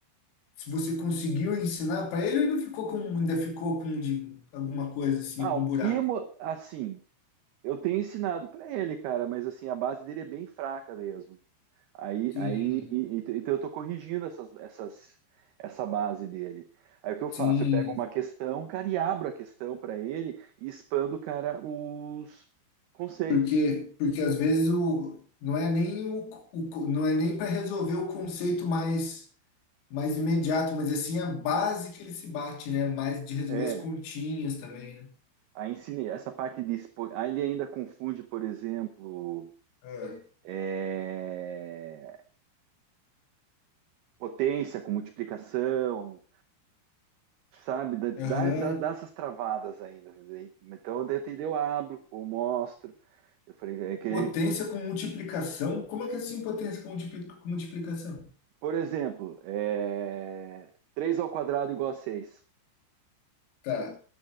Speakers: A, on the left (about 85°); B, on the right (about 85°).
A: Se você conseguiu ensinar para ele, ou ainda ficou com, ainda ficou com de, alguma coisa assim,
B: Ah,
A: algum
B: o
A: buraco.
B: Kimo, assim, eu tenho ensinado pra ele, cara, mas assim, a base dele é bem fraca mesmo. Aí,
A: Sim,
B: aí, e- e- então eu tô corrigindo essas, essas, essa base dele. Aí o que eu faço?
A: sim,
B: Eu pego uma questão, cara, e abro a questão pra ele e expando, cara, os conceitos.
A: porque porque às vezes o não é nem o, o co- não é nem para resolver o conceito mais mais imediato, mas assim a base que ele se bate, né? Mais de resolver
B: É,
A: as continhas também, né?
B: aí ensinei essa parte de expo... aí ele ainda confunde, por exemplo,
A: Ah,
B: é, potência com multiplicação, sabe,
A: Aham.
B: dá, dá, dá essas travadas ainda. né? Então, daí eu abro, eu mostro. Eu falei, é que,
A: Potência com multiplicação. Como é que é assim potência com multipli- com multiplicação?
B: por exemplo, é, 3 ao quadrado igual a 6,
A: Tá.